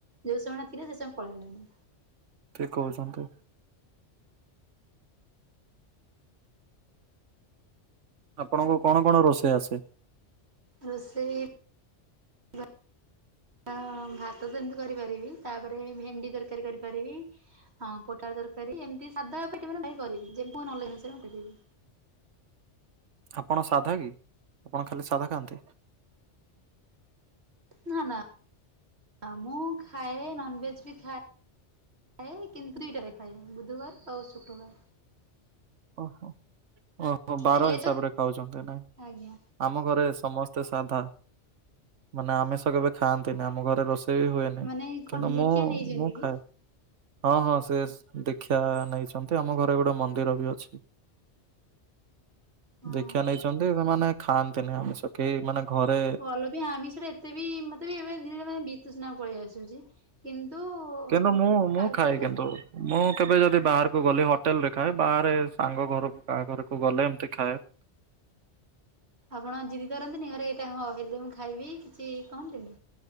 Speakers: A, on the right; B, on the right.
A: ଯଉ ସମୟ ଥିଲା ସେ ସମୟ ଆଉ ପଳେଇଲାଣି।
B: ଠିକ କହୁଛନ୍ତୁ। ଆପଣଙ୍କୁ କଣ କଣ ରୋଷେଇ ଆସେ?
A: ରୋଷେଇ <inaudible> ତ ଭାତ ଏମିତି କରିପାରିବି ତାପରେ ଭେଣ୍ଡି ତରକାରୀ କରିପାରିବି। ହଁ ପୋଟାଳ ତରକାରୀ ଏମିତି ସାଧା ପାଟି ମାନେ ଭାଇ କରିବି <unintelligible> ନଲେଜ ଅନୁସାରେ ମୁଁ କରିପାରିବି।
B: ଆପଣ ସାଧା କି ଆପଣ ଖାଲି ସାଧା ଖାଆନ୍ତି।
A: ନା ନା ମୁଁ ଖାଏ ନନଭେଜ୍ ବି ଖା ଖାଏ କିନ୍ତୁ ଦୁଇଟା ରେ ଖାଏ ବୁଧବାର ଆଉ ଶୁକ୍ରବାର।
B: ଓହୋ ଓହୋ ବାର
A: ଏଟା ହେଲେ
B: ହିସାବରେ
A: ଯେ
B: ଖାଉଛ ତାହେଲେ।
A: ଆଜ୍ଞା
B: ଆମ ଘରେ ସମସ୍ତେ ସାଧା ମାନେ ଆମିଷ କେବେ ଖାଆନ୍ତିନି ଆମ ଘରେ ରୋଷ କେବେ ବି ହୁଏନି
A: ମାନେ କଣ
B: କିନ୍ତୁ
A: ଧିକିଆ
B: ମୁଁ
A: ନେଇଛନ୍ତି
B: ମୁଁ
A: କି?
B: ଖାଏ। ହଁ ହଁ ସେ ଦୀକ୍ଷା ନେଇଛନ୍ତି ଆମ ଘରେ ଗୋଟେ ମନ୍ଦିର ବି ଅଛି।
A: ହଁ
B: ଦୀକ୍ଷା ନେଇଚନ୍ତି ମାନେ ଖାଆନ୍ତିନି ଆମିଷ କେହି ମାନେ ଘରେ
A: ଭଲ ବି ଆମିଷ ରେ ଏତେ ବି ମୋତେ ବି ଏବେ ଦିନେ ଦିନେ ବିଚୁସୁନା ପଳେଇ ଆସୁଚି କିନ୍ତୁ।
B: କିନ୍ତୁ ମୁଁ
A: ଖାଇବା
B: ମୁଁ ଖାଏ
A: କଥା
B: କିନ୍ତୁ। ମୁଁ କେବେ ଯଦି ବାହାରକୁ ଗଲି ହୋଟେଲ ରେ ଖାଏ ବାହାରେ ସାଙ୍ଗ ଘରକୁ କାହା ଘରକୁ ଗଲେ ଏମିତି ଖାଏ।
A: ଆପଣ ଜିଦି କରନ୍ତିନି ଘରେ ଏଇଟା ହ ହେଲେ ମୁଁ ଖାଇବି କିଛି କହନ୍ତିନି।